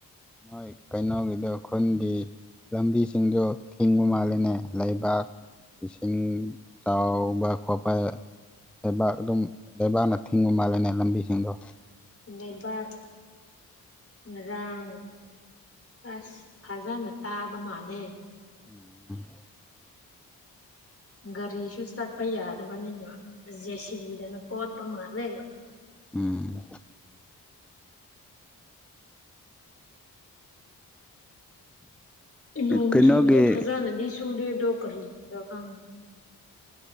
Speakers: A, in the centre; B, on the left.
A: ꯅꯣꯏ ꯀꯩꯅꯣꯒꯤꯗꫭ ꯈꯨꯟꯒꯤ ꯂꯝꯕꯤꯁꯤꯡꯗꯣ ꯊꯤꯡꯕ ꯃꯥꯜꯂꯤꯅꯦ ꯂꯩꯕꯥꯛ ꯏꯁꯤꯡ ꯆꯥꯎꯕ ꯈꫭꯠꯄ ꯂꯩꯕꯥꯛ ꯑꯗꯨꯝ ꯂꯩꯕꯥꯛꯅ ꯊꯤꯡꯕ ꯃꯥꯜꯂꯦꯅꯦ ꯂꯝꯕꯤꯁꯤꯡꯗꯣ
B: ꯂꯩꯕꯥꯛ ꯉꯔꯥꯡ ꯑꯁ ꯐꯖꯅ ꯇꯥꯕ ꯃꯥꯜꯂꯦ
A: ꯎꯝ
B: ꯒꯥꯔꯤꯁꯨ ꯆꯠꯄ ꯌꯥꯗꯕꯅꯤꯅ ꯖꯦ-ꯁꯤ-ꯕꯤꯗꯅ ꯀꯣꯠꯄ ꯃꯥꯜꯂꯦ
A: ꯎꯝ
B: ꯅꯣꯡ
A: ꯀꯩꯅꯣꯒꯤ
B: ꯆꯨꯕꯗꯤ ꯐꯖꯅꯗꯤ ꯁꯨꯗꯦ ꯑꯗꯣ ꯀꯔꯤꯒꯤꯔ ꯈꯪꯗ‌ꯦ